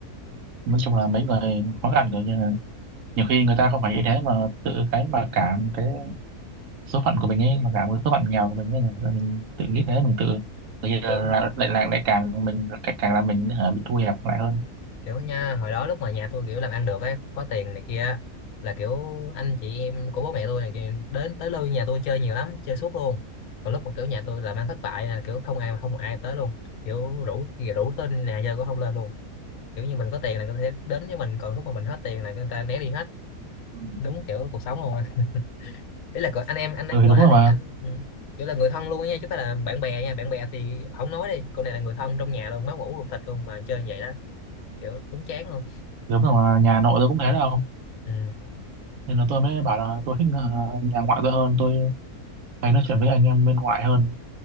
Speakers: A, on the right (about 65°); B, on the left (about 75°).
A: nói chung là mấy người khó khăn rồi nhưng mà nhiều khi người ta không phải như thế mà tự cái mà cảm cái số phận của mình ấy mà cả một số phận nghèo của mình ấy là mình tự nghĩ thế mình tự tự nhiên là
B: kiểu
A: là- lại lại lại càng mình càng càng là mình hả, bị thu hẹp lại hơn
B: kiểu nha hồi đó lúc mà nhà tôi kiểu làm ăn được ấy có tiền này kia á, là kiểu anh chị em của bố mẹ tôi này kia đến tới lui nhà tôi chơi nhiều lắm chơi suốt luôn còn lúc mà kiểu nhà tôi làm ăn thất bại là kiểu không ai mà không một ai tới luôn kiểu rủ rủ tên nhà chơi cũng không lên luôn kiểu như mình có tiền là người ta sẽ đến với mình còn lúc mà mình hết tiền là người ta né đi hết
A: Ừ.
B: đúng kiểu cuộc sống luôn á ý là gọi anh em anh em
A: ừ thì
B: gọi
A: đúng
B: là
A: rồi
B: anh em
A: mà
B: anh ừ. kiểu là người thân luôn á nha chứ không phải là bạn bè nha bạn bè thì không nói đi con này là người thân trong nhà luôn máu mủ ruột thịt luôn mà chơi như vậy đó kiểu đúng chán luôn
A: thì đúng rồi mà nhà nội tôi cũng thế đâu
B: ừ.
A: nên là tôi mới bảo là tôi thích ờ, nhà ngoại tôi hơn tôi hay nói chuyện
B: ừ.
A: với anh em bên ngoại hơn